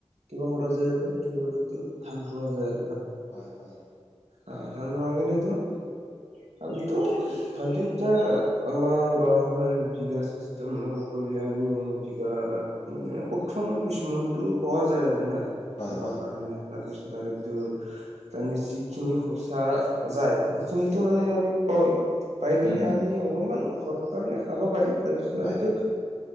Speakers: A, on the right; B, on the left.
A: কিবা কৰা যায় আৰু কি বুলি কয় এইটো সান্দ ৰোৱা যায় আৰু।
B: হয়, হয়।
A: অ, ধান ৰঙি ন এইটো। <unintelligible> ধটো এতিয়া আমাৰ গাঁৱে বিঘা চিষ্টেম নহব। আমি বিঘাত মানে ওঠৰ মন বি মনতটো পোৱা যায় আৰু না।
B: হয়
A: খাব
B: হয়
A: কাৰণে তাৰপিছত আৰু এইটো তাৰমানে যি এইখিনি সচা যায়, এইখিনো মানে
B: হয়
A: আমি পই, পাই কেনে
B: উম
A: আমি অলপমান ঘৰ কাৰণে খাব পাৰে, তাৰপিছত
B: হয়
A: আৰু এইটো
B: হয়